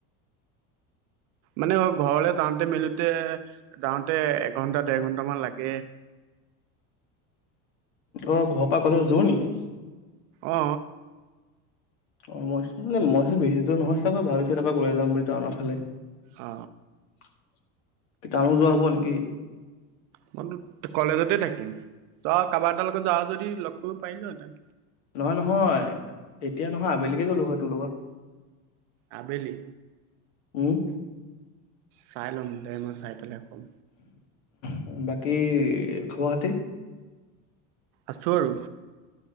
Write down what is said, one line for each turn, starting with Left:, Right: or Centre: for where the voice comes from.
Right: মানে অ ঘৰলে যাওঁতে মেলোতে, যাওঁতে এঘন্টা দেৰ ঘন্টামান লাগে।
Left: অ ঘৰ পৰা কলেজ দুৰ নেকি?
Right: অ।
Left: অ মই <unintelligible> বেছি দৰ নহয় চাবা ভাবিছো এাৰাক লৈ যাম বুলি টাউনৰ ফালে
Right: অ
Left: কিটানো যোৱা হব নেকি?
Right: মইতো কলেজতে থাকিম, তই কাবাতা এটাৰ লগত যাৱ যদি লগ কৰিব পাৰিলোঁ হেতেন?
Left: নহয় নহয়, এতিয়া নহয় আবেলিকে গলো হয় তোৰ লগত।
Right: আবেলি?
Left: উম।
Right: চাই ল'ম দে মই চাই পেলাই ক'ম
Left: ফু বাকী খবৰ খাতি?
Right: আছোঁ আৰু।